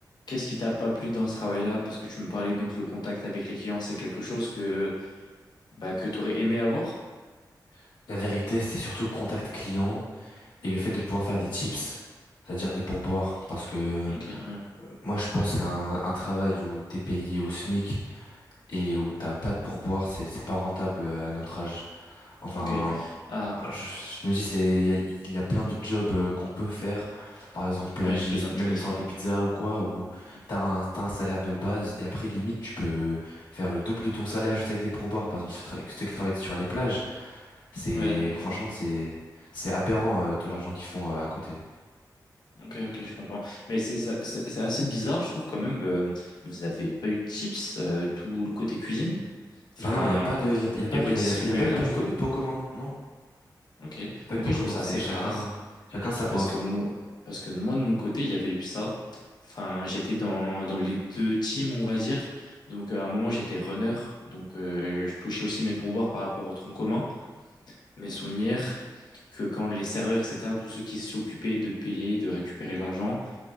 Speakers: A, on the left (about 65°); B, on the left (about 80°).
A: qu'est-ce qui t'a pas plu dans ce travail-là? Parce que tu me parlais donc le contact avec les clients, c'est quelque chose que bah, que tu aurais aimé avoir?
B: <laughs> La vérité, c'était surtout contact client et le fait
A: Ok,
B: de pouvoir faire des tips, c'est-à-dire des pourboires. Parce que
A: ok, ouais,
B: moi je pense qu'un un travail où t'es payé au SMIC et où t'as pas de pourboire, c'est c'est pas rentable euh, à notre âge. Enfin,
A: ok. Ah,
B: Ah, Je, je me dis, c'est, il y a, il y a plein de jobs euh, qu'on peut faire, par exemple plagiste,
A: oui, plus intéressant.
B: même livreur de pizza ou quoi, où
A: Hmm.
B: t'as un, t'as un salaire de base et après limite tu peux faire le double de ton salaire juste avec des pourboires. Par exemple, ceux, tra- ceux qui travaillent sur les plages, c'est
A: Ouais, bah,
B: franchement
A: je comprends.
B: c'est c'est aberrant euh, tout l'argent qu'ils font euh, à côté.
A: Ok, ok, je comprends. Mais c'est ça- c'est c'est assez bizarre, je trouve quand même. euh, vous avez pas eu de chips, euh, tout le côté cuisine? Enfin,
B: Mais non, il y a pas de, il y a, il y a pas,
A: et redistribuer
B: de- il y a, il y a- il y a pas eu
A: rien
B: de pont
A: du
B: co-
A: tout?
B: de pot commun, non?
A: Ok,
B: Il y a pas
A: ok,
B: eu de pot
A: je
B: commun,
A: trouve ça
B: c'est
A: assez
B: chacun
A: rare.
B: chacun sa poire.
A: Parce que moi, parce que moi, de mon côté, il y avait eu ça. Enfin, j'étais dans, dans les deux teams, on va dire. Donc, euh, à un moment, j'étais runner. Donc, euh, je touchais aussi mes pourboires par rapport au tronc commun. Mes souvenirs que quand les serveurs, etc., tous ceux qui s'occupaient de payer, de récupérer l'argent,